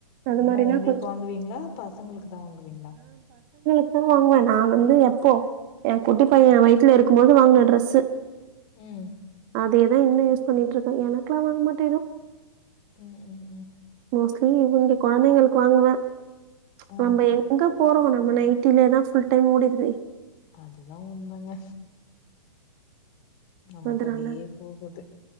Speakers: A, on the right (about 35°); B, on the left (about 30°).
A: அது
B: ஏன்னா
A: மாரினா
B: உங்களுக்கு
A: கொஞ்சம்
B: வாங்குவீங்களா பசங்களுக்கு தான் வாங்குவீங்களா
A: ம் வாங்குவேன் நான் வந்து எப்போ என் குட்டி பையன் என் வயித்துல இருக்கும் போது வாங்கின டிரெஸ்ஸு
B: ம்
A: அதேதான் இன்னும் யூஸ் பண்ணிட்டு இருக்கேன் எனக்கெல்லாம் வாங்க மாட்டேன் ஏதும்
B: ம் ம்
A: ம் ம் ம் இங்க குழந்தைங்களுக்கு வாங்குவன்
B: ஆ
A: நம்ம எங்க போறோம் நம்ம நைடிலதான் ஃபுல் டைம் ஓடிடுதே
B: அதுதான் உண்மைங்க நமக்கு
A: அதனால
B: அப்டியே போகுது